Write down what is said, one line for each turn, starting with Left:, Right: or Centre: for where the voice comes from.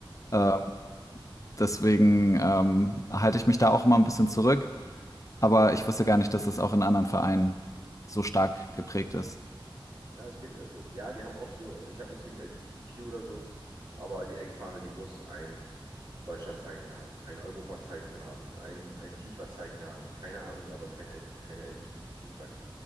Left: Ähm,
Right: Mhm.
Left: deswegen ähm, halte ich mich da auch immer ein bisschen zurück. Aber ich wusste gar nicht, dass es auch in anderen Vereinen so stark geprägt ist.
Right: Na, es geht, es, ja, die haben auch so, ich habe nichts gegen LGBTQ oder so, aber die Eckfahne, die muss ein Deutschlandzeichen haben, ein Europazeichen haben, ein, ein FIFA-Zeichen haben, keine Ahnung, aber kein, L- keine LGBTQ-Flagge.